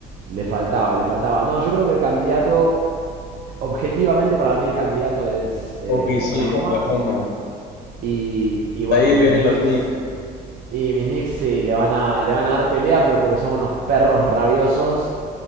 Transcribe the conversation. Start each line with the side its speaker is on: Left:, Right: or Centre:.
Right: le faltaba, le faltaba. No, yo creo que el candidato, objetivamente para mí el candidato es eh,
Left: ok OKC,
Right: Oklahoma.
Left: Oklahoma.
Right: Y, y bueno,
Left: De ahí
Right: mis
Left: vienen
Right: Knicks.
Left: los Knicks.
Right: Y mis Knicks sí, le van, a, le van a dar pelea, pero porque son unos perros rabiosos